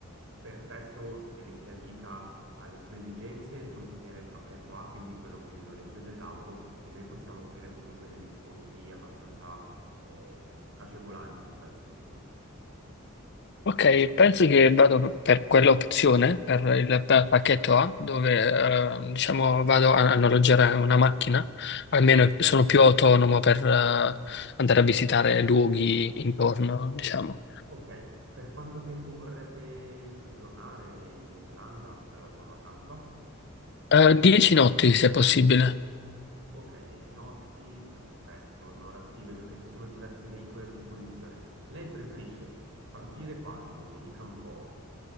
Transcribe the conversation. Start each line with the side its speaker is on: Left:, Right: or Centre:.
Right: perfetto e le si addica alle sue esigenze, le consiglierei il pacchetto A, quindi quello con il noleggio dell'auto e noi possiamo offrire comunque degli sconti abbastanza eh, agevolanti in tal senso.
Left: Ok, penso che vado per quell'opzione, per il pa- pacchetto A, dove eh, diciamo vado a, a noleggiare una macchina, almeno sono più autonomo per eh, andare a visitare luoghi intorno, diciamo.
Right: Ok, per quanto tempo vorrebbe soggiornare in Islanda per la sua vacanza?
Left: Eh, dieci notti, se possibile.
Right: Ok, 10 notti, perfetto. Allora sì, vedo che ci sono diversi veicoli a disposizione. Lei preferisce partire quando? Mi dica un po'.